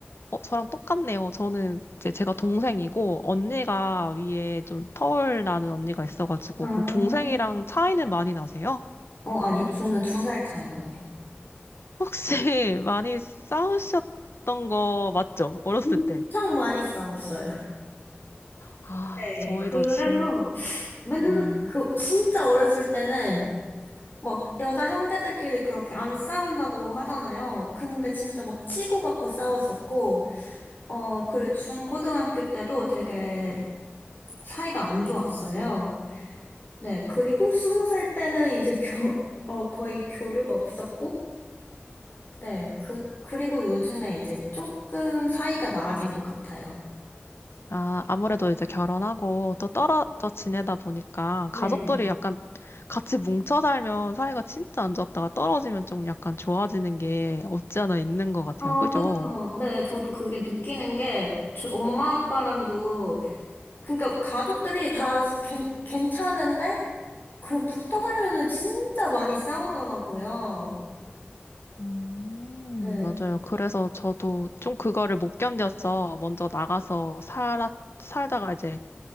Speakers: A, on the left; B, on the left.
A: 어, 저랑 똑같네요. 저는 이제 제가 동생이고, 언니가 위에 좀 터울 나는 언니가 있어가지고,
B: 아,
A: 그럼 동생이랑 차이는 많이 나세요?
B: 어, 아니요. 저는 두 살 차이 나요.
A: 혹시 <laughs> 많이 싸우셨던 거 맞죠? 어렸을
B: 엄청
A: 때.
B: 많이 싸웠어요.
A: 아,
B: 네,
A: 저희도
B: 그래서
A: 진,
B: 맨,
A: 음.
B: 그, 진짜 어렸을 때는 막 여자 형제들끼리 그렇게 안 싸운다고 하잖아요. 근데 진짜 막 치고받고 싸웠었고, 어, 그리고 중고등학교 때도 되게 사이가 안 좋았어요. 네, 그리고 스무 살 때는 이제 <laughs> 교, 어, 거의 교류가 없었고, 네, 그, 그리고 요즘에 이제 조금 사이가 나아진 것 같아요.
A: 아, 아무래도 이제 결혼하고 또 떨어져 지내다 보니까
B: 네.
A: 가족들이 약간 같이 뭉쳐 살면 사이가 진짜 안 좋았다가 떨어지면 좀 약간 좋아지는 게 없지 않아 있는 것 같아요.
B: 아,
A: 그죠?
B: 그쵸. 네, 저도 그게 느끼는 게, 저 엄마 아빠랑도, 그러니까 가족들이 다 괜, 괜찮은데, 그 붙어 살면은 진짜 많이 싸우더라고요.
A: 음,
B: 네.
A: 맞아요. 그래서 저도 좀 그거를 못 견뎌서 먼저 나가서 살았, 살다가 이제